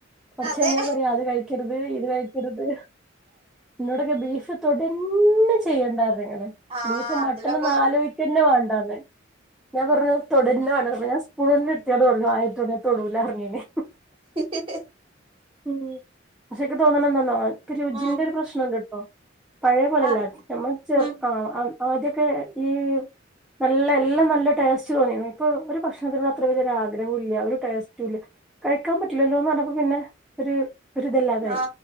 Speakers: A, in the centre; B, on the right.
A: കൊറച്ച്
B: അതെ
A: കഴിഞ്ഞാ പറയും അത് കഴിക്കരു ത് ഇത് കഴിക്കരുത് ഇന്നോടൊക്കെ ബീഫ് തൊടന്നെ ചെയ്യണ്ടാറഞ്ഞ്
B: ആഹ്
A: ബീഫും
B: അതിലൊക്കെ
A: മട്ടനൊന്നും ആലോയ്ക്കന്നെ വേണ്ടാന്ന് ഞാൻ പറഞ്ഞു തൊടന്നേ വേണ്ട ഞാൻ സ്പൂണൊണ്ട് എടുതോണ്ട് പറഞ്ഞു ആയിട്ടോ തൊടൂലന്ന് പറഞ്ഞു ഞാന്
B: ഹി ഹി
A: ഉം പക്ഷെ ഇക്ക് തോന്നണതെന്താന്നോ ഇക്ക് രുചിന്റെ
B: ഉം
A: ഒരു പ്രശ്നംണ്ട്ട്ടോ പഴയ പോലെല്ല
B: ആഹ്
A: നമ്മള് ചെറുപ്പം
B: ഉം
A: ആ ആദ്യൊക്കെ ഈ നല്ല എല്ലാം നല്ല ടേസ്റ്റ് തോന്നിന്നു. ഇപ്പൊ ഒരു ഭക്ഷണത്തിനും അത്ര വല്ല്യ ഒരു ആഗ്രഹവോല്ല ഒരു ടേസ്റ്റുല്ല. കഴിക്കാൻ പറ്റില്ലല്ലോന്ന് പറഞ്ഞപ്പോ പിന്നെ ഒരു ഒരു ഇതല്ലാതായി
B: ആ